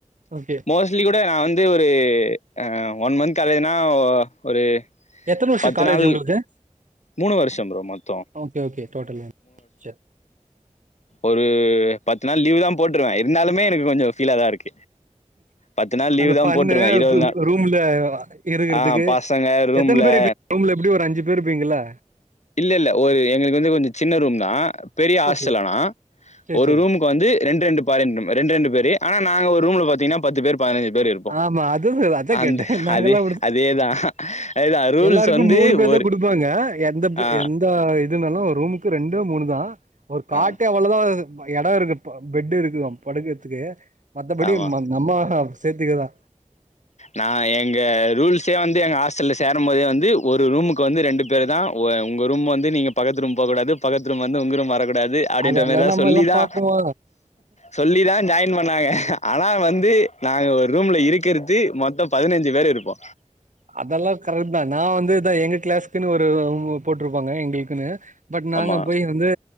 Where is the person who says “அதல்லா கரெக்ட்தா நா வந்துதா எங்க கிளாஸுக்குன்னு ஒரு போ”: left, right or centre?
Right